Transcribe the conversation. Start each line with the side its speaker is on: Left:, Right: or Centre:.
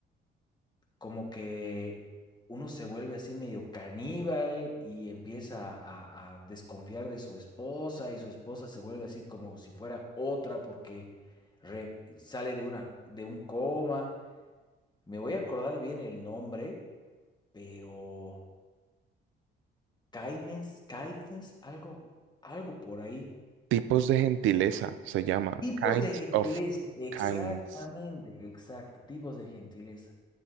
Left: como que uno se vuelve así medio caníbal y empieza a, a desconfiar de su esposa y su esposa se vuelve así como si fuera otra porque re- sale de una, de un coma. Me voy a acordar bien el nombre, pero Kindness, Kindness, algo, algo por ahí.
Right: Tipos de gentileza se llama,
Left: Tipos
Right: Kinds
Left: de gentileza,
Right: of
Left: exactamente,
Right: Kindness.
Left: exacto, tipos de gentileza.